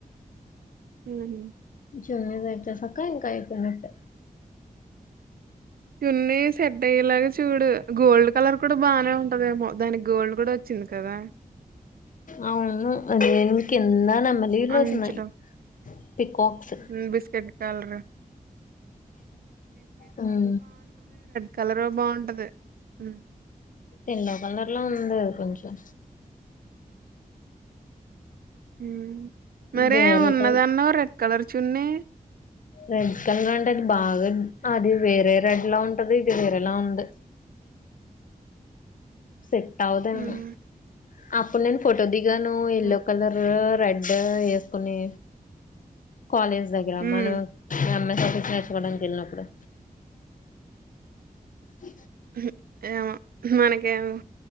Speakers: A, on the right; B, on the left.
A: హుహ్
B: చున్నీ తెచ్చేసాక ఇంకా అయిపోయినట్టే.
A: చున్నీ సెట్ అయ్యేలాగా చూడు. గోల్డ్ కలర్ కూడా బానే ఉంటదేమో దానికి గోల్డ్ కూడా వచ్చింది కదా.
B: అవును అది హ్ కింద నెమలీలు ఎల్లుతున్నాయి
A: అంచులు
B: పికాక్స్
A: హ్మ్ బిస్కెట్ కలర్
B: హ్
A: కలరు బావుంటది. హు
B: ఎల్లో కలర్లో ఉంది ఇది కొంచెం.
A: హ్ మరే
B: వేరే
A: ఉన్నది
B: టైప్
A: అన్నవు రెడ్ కలర్ చున్నీ.
B: రెడ్ కలర్ అంటే అది బాగా అది వేరే రెడ్లా ఉంటది. ఇది వేరేలా ఉంది. సెట్ అవదుఎమో
A: హ్మ్
B: అప్పుడు నేను ఫోటో ది గను ఎల్లో
A: ఓహ్!
B: కలర్ రెడ్ ఎసుకుని కాలేజ్ దగ్గర
A: హ్మ్
B: మనం ఎం ఎ కట్టింగ్స్ నేర్చుకోడానికి వెళ్ళినప్పుడు అ
A: హు ఏమో మన ఏమో